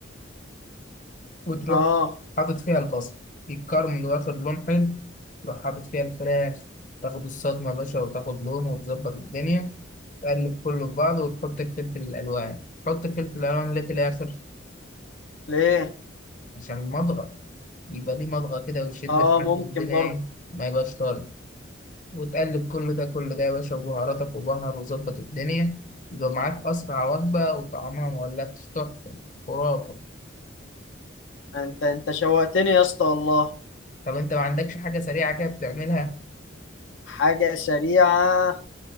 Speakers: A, on the left (about 40°); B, on the left (about 75°).
A: وتروح
B: اه
A: حاطط فيها البصل يتكرمل واخد لون حلو تروح حاطط فيها الفراخ تاخد الصدمة يا باشا وتاخد لون وتظبط الدنيا تقلب كله في بعضه وتحط الفلفل الألوان تحط الفلفل الألوان ليه في الآخر
B: ليه
A: عشان المضغة يبقى ليه مضغة كده ويشد
B: اه
A: معاك
B: ممكن
A: والدنيا
B: برضه
A: إيه ما يبقاش طارد وتقلب كل ده كل ده يا باشا وبهاراتك وبهر وظبط الدنيا يبقى معاك أسرع وجبة وطعمها مولكش تحفة خرافة
B: انت انت شوقتني يا اسطى والله
A: طب أنت ما عندكش حاجة سريعة كده بتعملها؟
B: حاجه سريعه